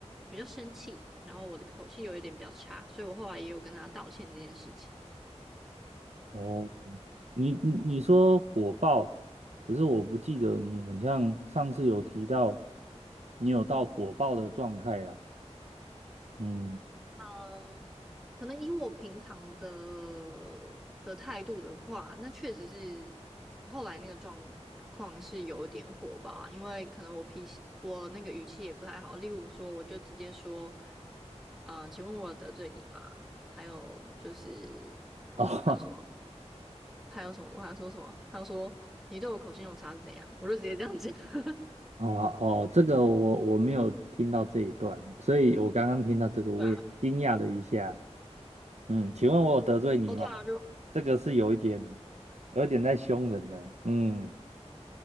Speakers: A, in the centre; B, on the right.
A: 比较生气，然后我的口气有一点比较差，所以我后来也有跟他道歉这件事情。
B: 哦，你你你说火爆，可是我不记得你很像上次有提到你有到火爆的状态啦。嗯，
A: 嗯，可能以我平常的的态度的话，那确实是后来那个状况是有一点火吧，因为可能我脾气，我那个语气也不太好。例如说，我就直接说，嗯、请问我有得罪你吗？还有就是
B: 哦，
A: 还有什么？
B: <laughs>
A: 还有什么？我还说什么？还有说你对我口气用差是怎样？我就直接这样讲。<laughs>
B: 好吧，哦，这个我我没有听到这一段，所以我刚刚听到这个，我也惊讶了一下。
A: 对啊，
B: 嗯，请问我有得罪你吗？
A: 哦，对啊，就
B: 这个是有一点，有一点在凶人了。嗯，